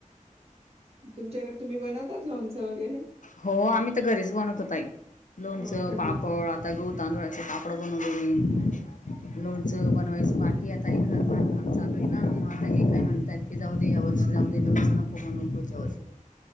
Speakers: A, on the right; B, on the left.
A: तुमच्याकडे तुम्ही बनवतात लोणचं वगैरे
B: हो आम्ही तर घरीच बनवतो ताई लोणचं
A: हो का
B: पापड आता गहू तांदूळा पापड बनवले मी लोणचं बनवायचं बाकी आता हे घर बांधकाम चालू आहे ना मग आता हे काय म्हणतात ते जाऊ दे या वर्षी जाऊ दे लोणचं नको बनवू पुढच्या वर्षी